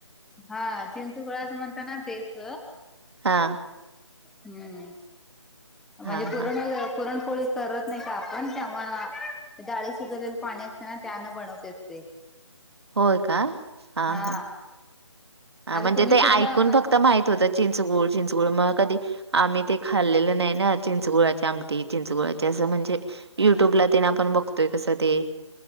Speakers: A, in the centre; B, on the right.
A: हा चिंचगुळाचं म्हणत ना तेच,
B: हा
A: हम्म म्हणजे
B: हा
A: पुरन
B: हा
A: वगैरे पुरणपोळी करत नाही का आपण तेव्हा डाळी शिजवलेलं पाणी असते ना त्यानं बनवतात ते.
B: हो का हां.
A: हा
B: ह
A: आता
B: म्हणजे
A: तुम्ही
B: ते
A: कुठला
B: ऐकून
A: म्हणजे
B: फक्त माहित होतं चिंचगूळ चिंचगूळ मग कधी आम्ही ते खाल्लेलं नाही ना चिंचगुळाची आमटी चिंचगुळाची असं म्हणजे युट्यूब ला तेन आपण बघतोय कसं ते